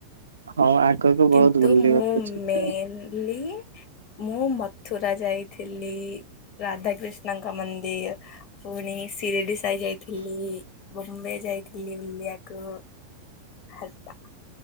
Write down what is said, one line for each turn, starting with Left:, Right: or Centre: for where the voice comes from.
Right: ହଉ ଆଗକୁ
Left: କିନ୍ତୁ
Right: ବହୁତ ବୁଲିବାକୁ
Left: ମୁଁ
Right: ଯିବେ
Left: ମେନଲି ମୁଁ ମଥୁରା ଯାଇଥିଲି ରାଧାକୃିଷ୍ଣଙ୍କ ମନ୍ଦିର, ପୁଣି ସିରିଡିସାଇ ଯାଇଥିଲି, ବମ୍ବେ ଯାଇଥିଲି ବୁଲିବାକୁ। <unintelligible>